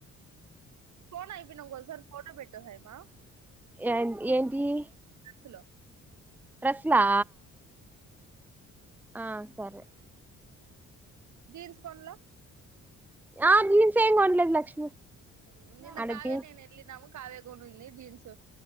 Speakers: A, on the right; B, in the centre.
A: ఫోన్ అయిపోయినాక ఒకసారి ఫోటో పెట్టు హైమ
B: ఎన్ ఏంటియి
A: డ్రెస్ లో
B: డ్రెస్సులా? ఆ సరే
A: జీన్స్ కొండ్ల
B: ఆ జీన్స్ ఏం కొనలేదు లక్ష్మి.
A: ఊ నిన్న
B: ఆడ
A: కావ్య
B: జీన్స్
A: నేను వెళ్ళినాము కావ్య కొనింది జీన్స్ ఉ.